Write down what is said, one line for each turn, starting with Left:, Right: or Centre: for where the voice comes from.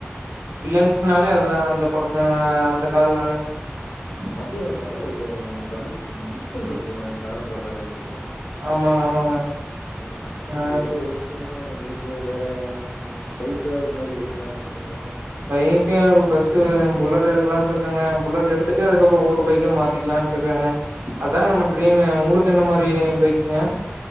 Right: வில்லன்ஸ்னாலே அது தான் அந்த படத்துல அந்த காரு தாங்க
Left: அது நல்ல ஒரு கன் பிச்சினு இருக்குங்க கார பார்த்தாலே உங்களுக்கு
Right: ஆமாங்க ஆமாங்க
Left: ம்
Right: ஆ
Left: சேரி ஓகேங்க உங்களுக்கு ப்ரோ வேற பைக்ல எது மாரி எடுக்கலாம் இருக்கீங்க
Right: பைக் ஏன் ப்ரோ ஃபஸ்டு புல்லட் எடுக்கலான் இருக்கங்க புல்லட் எடுத்துட்டு அதுக்கப்புறம் ஒவ்வொரு பைகா மா த்திகலாம் இருக்கங்க அதான நம்ம ட்ரீம் உங்களுக்கு இந்த மாரி பைக்குங்க